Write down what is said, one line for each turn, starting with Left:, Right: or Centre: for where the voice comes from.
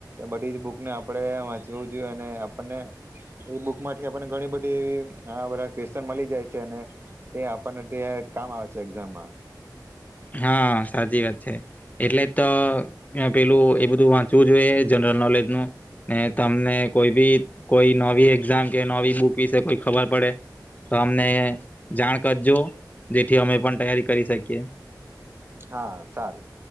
Right: બઢી જ બુકને આપડે વાંચવું જોઈએ અને આપણને એ બુક માંઠી આપણને ઘણી બધી આવા બઢા ક્વેશ્ચન મલી જાય છે અને તે આપણને ત્યારે કામ આવે છે એક્ઝામમાં
Left: હા, સાચી વાત છે. એટલે જ તો યાં પેલું એ બધું વાંચવું જોઈએ, જનરલ નોલેજનું ને તમને કોઈ બી કોઈ નવી એક્ઝામ કે નવી બુક વિશે કોઈ ખબર પડે, તો અમને જાણ કરજો, જેથી અમે પણ તૈયારી કરી શકીએ.
Right: હા, સારું.